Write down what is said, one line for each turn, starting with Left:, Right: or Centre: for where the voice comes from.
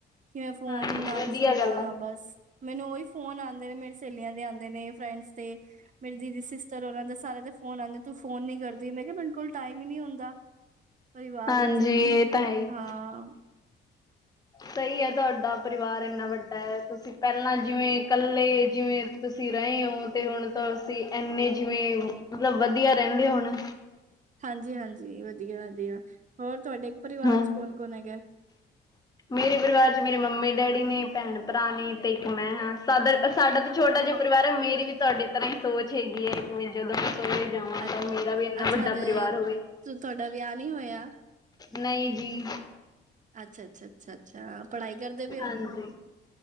Right: ਕਿਵੇਂ ਫੋਨ
Left: ਹਾਂਜੀ
Right: ਨਾ
Left: ਵਧੀਆ
Right: ਹੀ ਛੇੜਾ
Left: ਗੱਲ
Right: ਹਾਂ
Left: ਹੈ
Right: ਬਸ। ਮੈਨੂੰ ਉਹੀ ਫੋਨ ਆਉਂਦੇ ਨੇ ਮੇਰੀ ਸਹੇਲੀਆਂ ਦੇ ਆਉਂਦੇ ਨੇ ਫਰੈਂਡਸ ਦੇ ਮੇਰੀ ਦੀਦੀ ਸ। ਉਹਨਾਂ ਦੇ ਸਾਰਿਆਂ ਦੇ ਫੋਨ ਆਉਂਦੇ ਤੂੰ ਫੋਨ ਨੀ ਕਰਦੀ ਮੈਂ ਕਿਹਾ ਮੇਰੇ ਕੋਲ ਟਾਈਮ ਨਹੀਂ ਹੁੰਦਾ। ਪਰਿਵਾਰ
Left: ਹਾਂਜੀ
Right: ਵਿੱਚੋਂ ਨਹੀਂ
Left: ਇਹ ਤਾਂ ਹੈ ਹੀ
Right: ਹਾਂ।
Left: ਸਹੀ ਹੈ ਤੁਹਾਡਾ ਪਰਿਵਾਰ ਇੰਨਾ ਵੱਡਾ ਹੈ ਤੁਸੀਂ ਪਹਿਲਾਂ ਜਿਵੇਂ ਇਕੱਲੇ ਜਿਵੇਂ। ਤੁਸੀਂ ਰਹੇ ਹੋ ਤੇ ਹੁਣ ਤਾਂ ਅਸੀਂ ਇੰਨੇ ਜਿਵੇਂ ਮਤਲਬ ਵਧੀਆ ਰਹਿੰਦੇ ਹੋਣ
Right: ਹਾਂਜੀ, ਹਾਂਜੀ ਵਧੀਆ ਵਧੀਆ ਹੋਰ ਤੁਹਾਡੇ ਪਰਿਵਾਰ
Left: ਹਾਂ
Right: ਚ ਕੌਣ ਕੌਣ ਹੈਗਾ।
Left: ਮੇਰੇ ਪਰਿਵਾਰ ਚ ਮੇਰੇ ਮੰਮੀ ਡੈਡੀ ਨੇ ਭੈਣ ਭਰਾ ਨੇ ਤੇ ਇੱਕ ਮੈਂ ਹਾਂ। ਸਾਡ ਸਾਡਾ। ਛੋਟਾ ਜਿਹਾ ਪਰਿਵਾਰ ਹੈ ਮੇਰੀ ਵੀ ਤੁਹਾਡੇ ਤਰ੍ਹਾਂ ਹੀ ਸੋਚ ਹੈਗੀ ਹੈ। ਕਿ ਮਿਲ ਜਾਵੇ ਸੋਰੇ ਜਾਵਾਂ
Right: ਅ
Left: ਤਾਂ ਮੇਰਾ ਵੀ ਇੰਨਾ
Right: ਅੱਛਾ
Left: ਵੱਡਾ
Right: ਹਜੇ
Left: ਪਰਿਵਾਰ ਹੋਵੇ।
Right: ਤੁਹਾਡਾ ਵਿਆਹ ਨਹੀਂ ਹੋਇਆ
Left: ਨਹੀਂ ਜੀ
Right: ਅੱਛਾ, ਅੱਛਾ ਅੱਛਾ। ਅੱਛਾ ਪੜ੍ਹਾਈ ਕਰਦੇ ਪਏ
Left: ਹਾਂਜੀ,
Right: ਹੋ